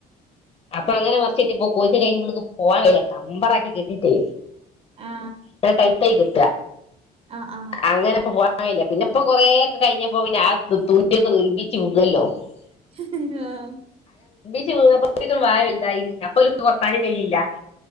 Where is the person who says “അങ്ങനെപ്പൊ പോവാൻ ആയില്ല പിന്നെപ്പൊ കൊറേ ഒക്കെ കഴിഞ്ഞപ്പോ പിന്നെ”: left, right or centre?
Left